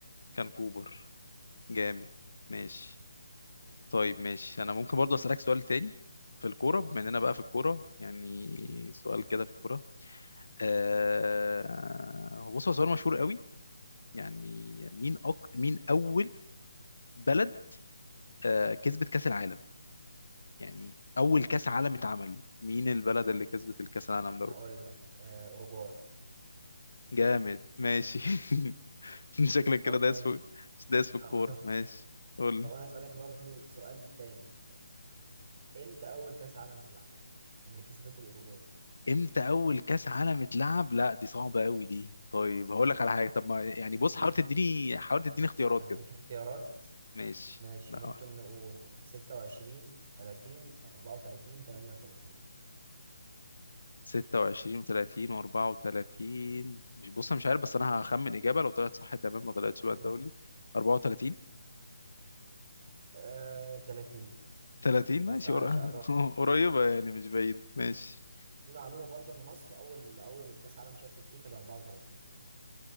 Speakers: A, on the left; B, on the right.
A: كان كوبر جامد ماشي طيب ماشي انا ممكن برضه اسالك سؤال تاني في الكوره
B: قول
A: بما اننا بقى في الكوره يعني
B: امم
A: سؤال كده في الكوره آه... هو بص هو سؤال مشهور قوي يعني مين أك... مين اول بلد آه، كسبت كاس العالم يعني اول كاس عالم اتعمل مين البلد اللي كسبت الكاس العالم دوت
B: هقول لك آه أوروجواي
A: جامد ماشي <laughs> <laughs> شكلك كده
B: طب
A: دايس
B: ماشي
A: في دايس في الكورة
B: اه <laughs> طب
A: ماشي قول
B: طب
A: لي
B: أنا أسألك برضه سؤال تاني امتى أول كأس عالم اتلعب اللي كسبته الأوروجواي؟
A: امتى اول كاس عالم اتلعب لا دي صعبة قوي دي طيب هقول لك على حاجة طب ما يعني بص
B: مم.
A: حاول تديني حاول تديني اختيارات
B: أديك
A: كده
B: اختيارات
A: ماشي
B: ماشي
A: لا
B: ممكن نقول ستة وعشرين تلاتين أربعة وتلاتين تمانية وتلاتين
A: 26 و30 و34 مش بص انا مش عارف بس انا هخمن اجابة لو طلعت صح تمام ما طلعتش بقى
B: مم.
A: انت قول لي 34
B: آه، 30
A: 30 ماشي
B: بس عايش
A: قر- <laughs>
B: قربت
A: قريبة يعني مش بعيد ماشي
B: في معلومة برضو إن مصر أول أول كأس عالم شاركت فيه كانت 34